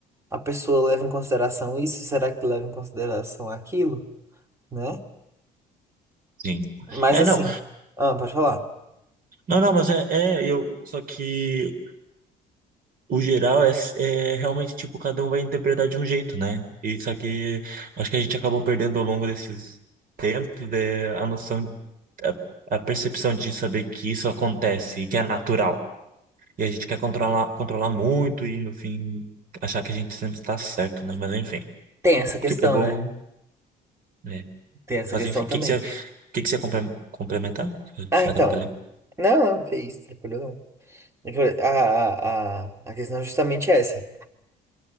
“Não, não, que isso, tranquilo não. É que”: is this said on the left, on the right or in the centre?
Right